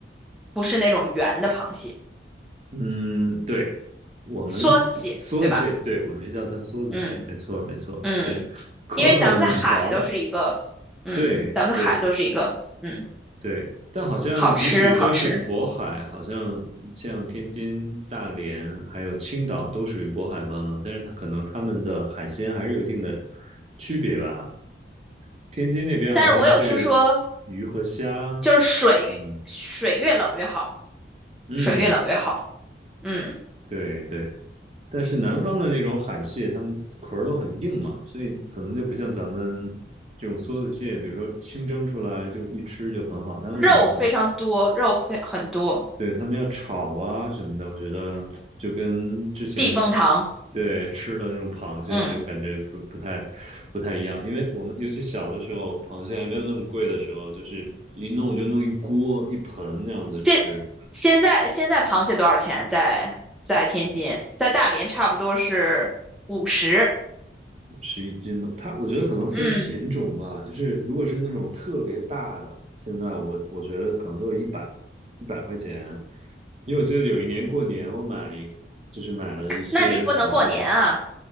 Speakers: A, in the centre; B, on the right.
A: 不是那种圆的螃蟹，
B: 嗯，对，我们梭子蟹，
A: 梭子蟹，对吧？
B: 对，我们是叫它梭子蟹，
A: 嗯
B: 没错没错，
A: 嗯，
B: 对，壳儿很薄，
A: 因为咱们的海都是一个，嗯，
B: 对对
A: 咱们的海都是一个，嗯。
B: 对，但好像即使都是渤海，
A: 好吃好吃。
B: 好像像天津、大连还有青岛都属于渤海湾嘛，但是它可能它们的海鲜还是有一定的区别吧。天津那边好像是
A: 但是我有听说，
B: 鱼和虾，
A: 就是水越水越冷越好，
B: 嗯嗯，
A: 水越冷越好。嗯，
B: 对对，但是南方的那种海蟹，它们壳儿都很硬嘛，所以可能就不像咱们这种梭子蟹，比如说清蒸出来就一吃就很好，它们可能很
A: 肉非常多，肉非很多，
B: 对，他们要炒啊什么的，我觉得就跟之前吃
A: 避风塘。
B: 对吃的那种螃蟹就感觉不不太
A: 嗯，
B: 不太一样，因为我们尤其小的时候，螃蟹还没有那么贵的时候，就是一弄就弄一锅一盆那样子吃，
A: 现现在现在螃蟹多少钱？在在天津，在大连差不多是五十。
B: 吃一斤嘛。它我觉得可能分品种吧，
A: 嗯，
B: 就是如果是那种特别大的，现在我我觉得可能都有一百一百块钱，因为我记得有一年过年我买了一就是买了一些螃蟹。
A: 那你不能过年啊。